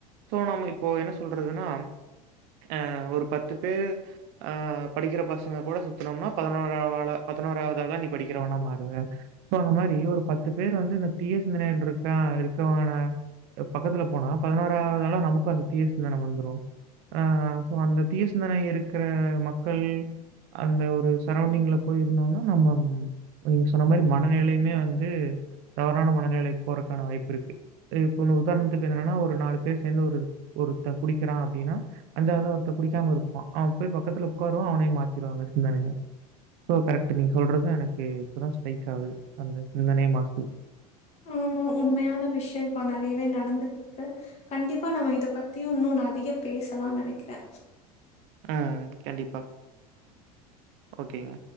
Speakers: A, on the right (about 50°); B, on the left (about 35°).
A: சோ நம்ம இப்போ என்ன சொல்றதுன்னா ஆ ஒரு பத்து பேர் ஆ படிக்கிற பசங்க கூட சுத்தனோம்னா பதினோராவாளா பதினோராவது ஆள நீ படிக்கிறவன்னா மாறுவ தகுந்த மாரி ஒரு பத்து பேர் வந்து இந்த தீய சிந்தனைகள் இருக்கா இருக்கவன பக்கத்துல போனா பதினோராவது ஆள நமக்கும் அந்த தீய சிந்தனை வந்துரும ஆ சோ அந்த தீய சிந்தனை இருக்கிற மக்கள் அந்த ஒரு சரௌண்டிங்ல போய் இருந்தோனா நம்ம நீங்க சொன்ன மாரி மனநிலையுமே வந்து தவறான மனநிலைக்கு போறக்கான வாய்ப்பு இருக்கு இப்ப உதாரணத்துக்கு என்னன்னா ஒரு நாலு பேர் சேர்ந்து ஒரு ஒருத்த குடிக்கிறா அப்டின்னா அஞ்சாவத ஒருத்த குடிக்காம இருப்பான் அவன் போய் பக்கத்துல உட்காருவ அவனயு மாத்திருவாங்க சிந்தனைய சோ கரெக் நீங்க சொல்றது எனக்கு இப்பதா ஸ்ட்ரைக் ஆவுது அந்த சிந்தனை மாதி
B: ஆமா உண்மையான விஷய இப்ப நெறயவே நடந்துட்டு இருக்கு கண்டிப்பா நம்ம இத பத்தியும் இன்னும் அதிக பேசலா நெனைக்கிறே
A: ஆ கண்டிப்பா ஓகேங்க